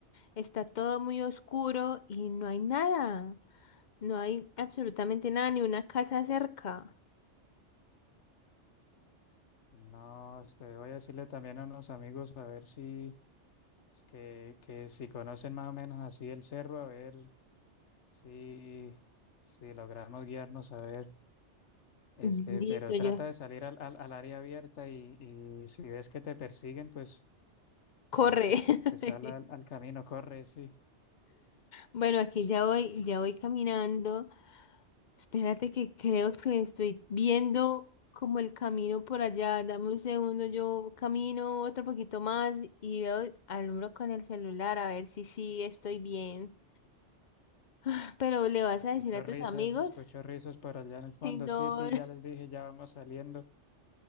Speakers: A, on the left; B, on the left.
A: Está todo muy oscuro y no hay nada. No hay absolutamente nada, ni una casa cerca.
B: No, este, voy a decirle también a unos amigos a ver si, es que, que si conocen más o menos así el cerro, a ver si, si logramos guiarnos, a ver. Este,
A: Listo,
B: pero trata
A: yo.
B: de salir al, al, al área abierta y, y si ves que te persiguen, pues,
A: Corre.
B: pues
A: <laughs>
B: te sal al, al camino, corre, sí.
A: Bueno, aquí ya voy, ya voy caminando. Espérate que creo que estoy viendo como el camino por allá. Dame un segundo, yo camino otro poquito más y veo, alumbro con el celular a ver si sí estoy bien. <laughs> Pero ¿le vas
B: Escucho
A: a decir a
B: risas,
A: tus amigos?
B: escucho risos por allá en el fondo.
A: Ay, no.
B: Sí, sí,
A: <laughs>
B: ya les dije, ya vamos saliendo.